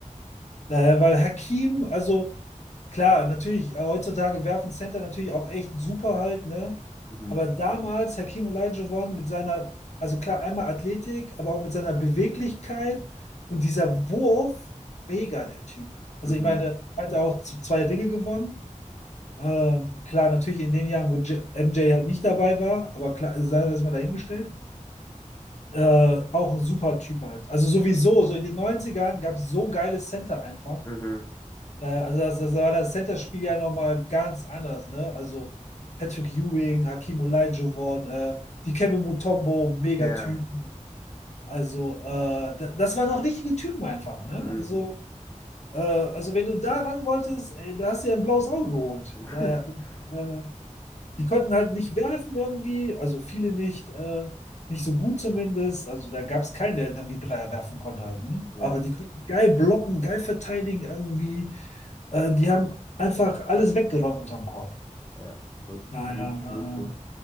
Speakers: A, on the left; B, on the left.
A: Daher, weil Hakim, also Klar, natürlich, äh, heutzutage werfen Center natürlich auch echt super halt, ne?
B: Mhm,
A: Aber damals Hakeem Olajuwon mit seiner, also klar, einmal Athletik, aber auch mit seiner Beweglichkeit und dieser Wurf, mega der Typ. Also
B: mhm,
A: ich meine, hat er auch z- zwei Dinge gewonnen. Äh, klar, natürlich in den Jahren, wo J MJ halt nicht dabei war, aber klar, sei das mal dahingestellt. Äh, auch ein super Typ halt. Also sowieso, so in den Neunzigern gab es so geile Center einfach.
B: mhm,
A: Ja, also das, das war das Center-Spiel ja nochmal ganz anders, ne? Also Patrick Ewing, Hakeem Olajuwon, äh, Dikembe Mutombo, Megatypen.
B: ja,
A: Also äh, da- das waren auch richtige Typen einfach, ne?
B: mhm.
A: Also, äh, also wenn du da ran wolltest, ey, da hast du ja ein blaues Auge geholt.
B: <laughs>
A: Daher, äh, die konnten halt nicht werfen irgendwie, also viele nicht, äh, nicht so gut zumindest. Also da gab es keinen, der irgendwie Dreier werfen konnte halt, ne?
B: Ja,
A: Aber die konnten geil blocken, geil verteidigen irgendwie. Äh, die haben einfach alles weggeräumt unterm Korb.
B: ja, das
A: Daher,
B: ist ein gutes Schlusswort.